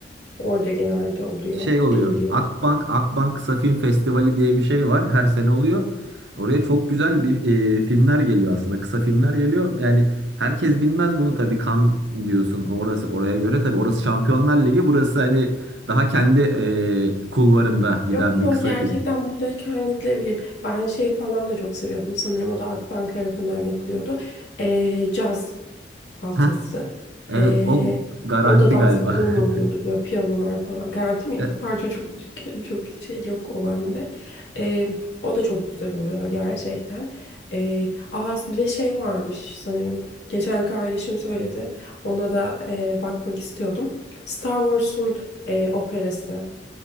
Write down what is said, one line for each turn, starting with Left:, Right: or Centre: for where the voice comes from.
Left: Orada genelde oluyor
Right: Şey oluyor.
Left: diyebiliyorum.
Right: Akbank, Akbank Kısa Film Festivali diye bir şey var. Her sene oluyor. Oraya çok güzel bir e, filmler geliyor aslında. Kısa filmler geliyor. Yani herkes bilmez bunu tabii. Kan diyorsun. Orası oraya göre tabii. Orası Şampiyonlar Ligi. Burası hani daha kendi e, kulvarında giden
Left: Yok ama
Right: bir kısa
Left: gerçekten
Right: film.
Left: buradayken gidilebilir. Ben şey falan da çok seviyordum. Sanırım o da Akbank tarafından yapılıyordu. Ee, caz haftası.
Right: Hah, evet
Left: Ee,
Right: o garanti
Left: o da dans
Right: galiba.
Left: falan
Right: <laughs>
Left: oluyordu böyle piyanolar falan. Garanti miydi?
Right: E,
Left: <laughs> Parça çok özür dilerim. Çok şey yok o bende. Ee, o da çok güzel oluyor gerçekten. Ee, aa, bir de şey varmış sanırım. Geçen kardeşim söyledi. Ona da e, bakmak istiyordum. Star Wars'un e, operası